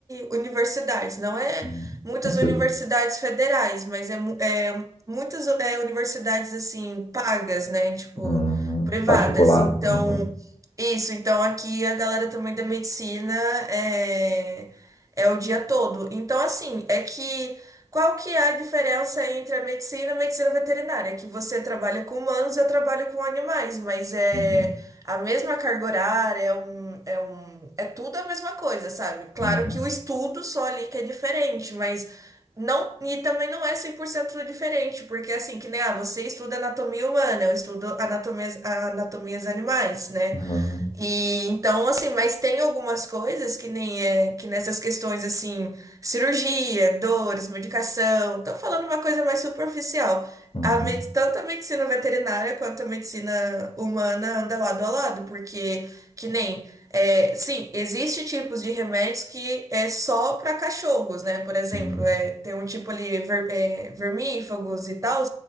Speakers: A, on the right; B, on the left.
A: universidades, não é
B: hum.
A: muitas
B: Vai ser,
A: universidades federais, mas é, mu- é muitas é, universidades assim pagas, né? Tipo
B: uhum,
A: privadas.
B: particular.
A: Então,
B: Uhum,
A: isso. Então, aqui a galera também da medicina é, é o dia todo. Então, assim, é que qual que é a diferença entre a medicina e a medicina veterinária? É que você trabalha com humanos e eu trabalho com animais, mas é
B: uhum,
A: a mesma carga horária, é um, é um, é tudo a mesma coisa, sabe? Claro
B: uhum,
A: que o estudo só ali que é diferente, mas não, e também não é 100% diferente, porque assim, que nem, ah, você estuda anatomia humana, eu estudo anatomias, anatomias animais, né?
B: uhum,
A: E então, assim, mas tem algumas coisas que nem é, que nessas questões, assim, cirurgia, dores, medicação, tô falando uma coisa mais superficial.
B: uhum,
A: A, medi- tanto a medicina veterinária quanto a medicina humana anda lado a lado, porque que nem, é, sim, existe tipos de remédios que é só para cachorros, né? Por exemplo,
B: uhum.
A: é, tem um tipo ali, ver, é, vermífagos e tal.